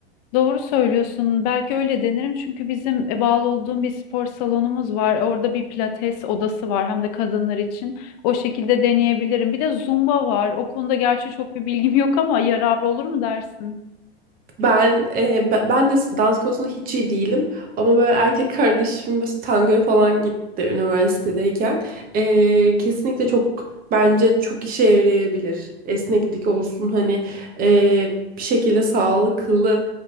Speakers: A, on the left; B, on the right.
A: Doğru söylüyorsun. Belki öyle denerim çünkü bizim e, bağlı olduğum bir spor salonumuz var. Orada bir pilates odası var hem de kadınlar için. O şekilde deneyebilirim. Bir de zumba var. O konuda gerçi çok bir bilgim yok ama yararlı olur mu dersin?
B: Ben e, ben ben de dans konusunda hiç iyi değilim ama böyle erkek kardeşim mesela tangoya falan gitti üniversitedeyken E, kesinlikle çok bence çok işe yarayabilir esneklik olsun hani e, bir şekilde sağlıklı